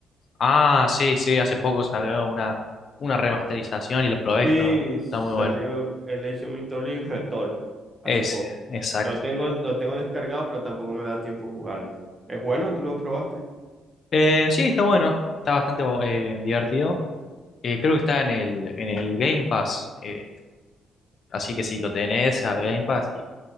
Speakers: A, on the left (about 50°); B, on the right (about 25°).
A: Ah, sí, sí, hace poco salió una, una remasterización y lo probé,
B: Sí,
A: está,
B: salió
A: está muy bueno.
B: el Age of Mythology Retool hace
A: Ese,
B: poco.
A: exacto.
B: Lo tengo, lo tengo descargado, pero tampoco me da tiempo de jugarlo. ¿Es bueno? ¿Tú lo probaste?
A: Eh, sí, está bueno, está bastante bo- eh, divertido. Eh, creo que está en el, en el Game Pass, eh, así que si lo tenés al Game Pass, y